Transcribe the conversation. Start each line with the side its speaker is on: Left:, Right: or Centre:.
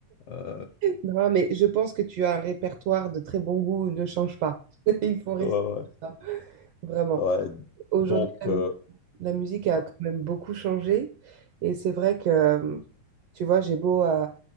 Left: Euh,
Right: Non, mais je pense que tu as un répertoire de très bon goût. Ne change pas. <laughs> Il faut rester
Left: ouais,
Right: comme ça, vraiment.
Left: ouais, ouais.
Right: Aujourd'hui,
Left: Donc, euh,
Right: La musique a
Left: euh,
Right: quand même beaucoup changé. Et c'est vrai que, tu vois, j'ai beau à...